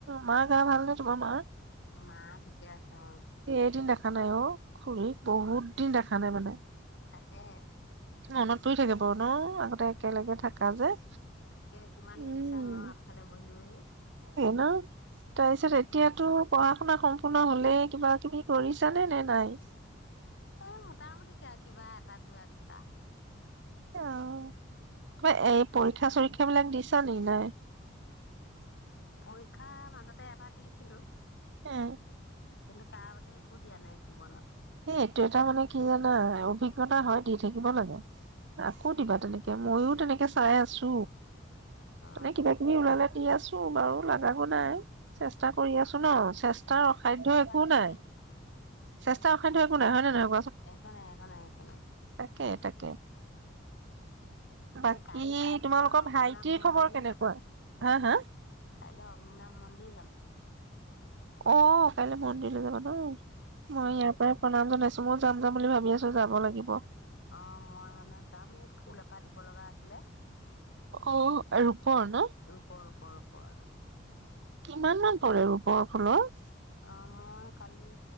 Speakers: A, on the right (about 65°); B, on the left (about 60°).
A: মা গা ভাল নে তোমাৰ মাৰ?
B: মা ঠিকে আছে অ
A: সেইদিনা দেখা নাই অ খুৰী বহুত দিন দেখা নাই মানে
B: তাকেহে
A: মনত পৰি থাকে বাৰু ন আগতে একেলগে থাকা যে
B: তাকে কিমান
A: উম
B: লেকচাৰ আৰু আগফালে বহি বহি
A: আহ তাৰপিছত এতিয়াতো পঢ়া শুনা সম সম্পুৰ্ণ হলে কিবা কিবি কৰিছানে নে নাই
B: এ মোটামুটি কিবা এটা কিবা দুটা
A: অ কিবা এই পৰীক্ষা চৰীক্ষা বিলাক দিছা নে নাই
B: পৰীক্ষা মাজতে এটা দিছিলো
A: আহ
B: কিন্তু তাৰ আগতে একো দিয়া নাই জীৱনত
A: এই এইটো এটা মানে কি জানা অভিজ্ঞতা হয় দি থাকিব লাগে আকৌ দিবা তেনেকে মইও তেনেকে চাই আছো
B: অ
A: মানে কিবা কিবি ওলালে দি আছো মোৰ বাৰু লাগাটো নাই চেষ্টা কৰি আছো ন চেষ্টাৰ
B: চেষ্টা
A: অসাধ্য
B: কৰি থকাটোৱে
A: একো নাই।
B: মেইন
A: চেষ্টা চেষ্টা অখাদ্য একো নাই হয় নে নহয়
B: একোনাই একোনাই একোনাই
A: তাকে তাকে বাকী
B: এই কাইলৈ মানে
A: তোমালোকৰ
B: মই অগ্নিনাশ
A: ভাইটিৰ
B: মন্দিৰলৈ
A: খবৰ কেনেকুৱা?
B: যাম,
A: হা হা?
B: কাইলৈ অগ্নিনাশ মন্দিৰ যাম
A: অ কাইলৈ মন্দিৰলৈ যাবা ন? মই ইয়াৰ
B: অ
A: পৰাই প্ৰনাম জনাইছো মই যাম যাম বুলি ভাবি আছো যাব লাগিব
B: অ মই মানে যাম ফুল এপাহ দিব লগা আছিলে
A: অ ৰূপৰ ন?
B: ৰূপৰ ৰূপৰ ৰূপৰ
A: কিমাননো পৰে ৰূপৰ ফুলৰ?
B: অ মই কালি